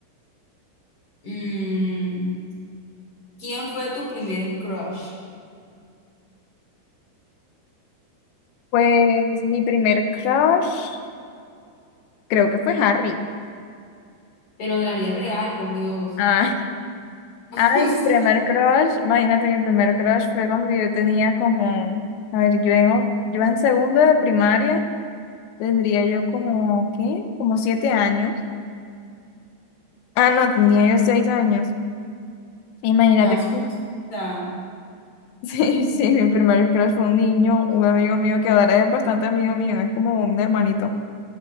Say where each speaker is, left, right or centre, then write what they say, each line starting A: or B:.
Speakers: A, on the left; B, on the left.
A: mm, ¿quién fue tu primer crush?
B: Pues mi primer crush, creo que fue Harry.
A: pero de la vida real, por Dios.
B: Ah, <laughs>
A: <laughs>
B: ah, el
A: Sí,
B: primer crush, imagínate, mi primer crush fue cuando yo tenía como, a ver, yo en, o- yo en segundo de primaria tendría yo como, ¿qué? Como siete años. Ah, no, tenía yo seis años. Imagínate.
A: está surrealista.
B: <laughs> Sí, sí, mi primer crush fue un niño, un amigo mío que ahora es bastante amigo mío, es como un hermanito.